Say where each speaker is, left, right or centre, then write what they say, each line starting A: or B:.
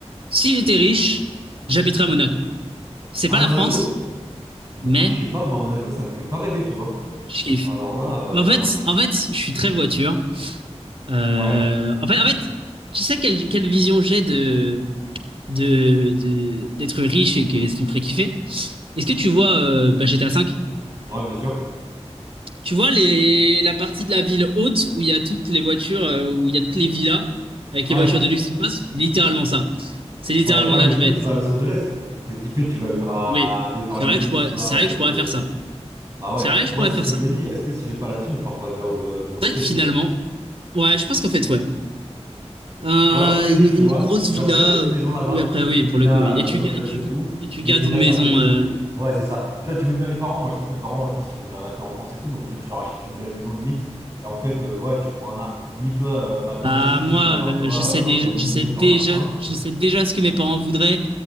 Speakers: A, on the right; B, on the right.
A: si j'étais riche, j'habiterais à Monaco. C'est
B: À
A: pas
B: Monaco?
A: la France, mais
B: Ah, je sais pas, moi, Monaco, ça me fait pas rêver, tu vois.
A: je kiffe.
B: Alors là, euh,
A: Bah, En fait, en fait, je suis très voiture. Euh,
B: ouais.
A: en fait, en fait, tu sais quelle, quelle vision j'ai de, de, de- d'être riche et que, ce qui me ferait kiffer? Est-ce que tu vois euh, bah, GTA 5?
B: Ouais, bien sûr.
A: Tu vois les, la partie de la ville haute où il y a toutes les voitures, euh, où il y a toutes les villas avec
B: Ouais.
A: les voitures de luxe qui passent? Littéralement ça. C'est littéralement
B: Ouais, ouais,
A: là
B: mais
A: que
B: du
A: je
B: coup,
A: vais
B: tu
A: être.
B: vas à Los Angeles. Tu te fais kiffer, tu vas vivre à
A: Oui,
B: Beverly
A: c'est vrai que je
B: Hills,
A: pourrais,
B: tu vois,
A: c'est
B: à
A: vrai
B: côté
A: que je pourrais
B: de.
A: faire ça.
B: Bah ouais,
A: C'est vrai que je
B: moi,
A: pourrais
B: c'est
A: faire
B: ce que
A: ça.
B: je me dis. Est-ce que si j'ai pas la thune, je pars pas vivre, euh, vivre
A: C'est
B: aux States,
A: vrai que finalement,
B: tu vois?
A: ouais, je pense qu'en fait, ouais. Euh,
B: Ou alors, je fais les deux,
A: une, une
B: tu vois.
A: grosse
B: Genre,
A: villa,
B: t'achètes une
A: euh,
B: maison là-bas,
A: oui, après,
B: t'achètes
A: oui,
B: une
A: pour
B: villa
A: le coup, oui.
B: à Los
A: Et tu,
B: Angeles
A: ga- et tu,
B: et tout,
A: et tu
B: et
A: gardes
B: tu restes
A: une maison.
B: un peu ici
A: euh,
B: aussi. Ouais, c'est ça. Tu vois, tu mets bien les parents. Moi, je sais que mes parents, je pense qu'ils voudraient rester en France et tout, donc tu vois, tu leur achètes une belle maison limite. Et en fait, euh, ouais, tu prends un. a- Limite, tu vois, euh, bah, t'investis,
A: Bah, moi,
B: ça, je suis d'accord,
A: euh,
B: tu vois,
A: je sais
B: euh, dans
A: déjà,
B: l'immobilier,
A: je sais déjà,
B: dans le machin.
A: je sais déjà ce que mes parents voudraient.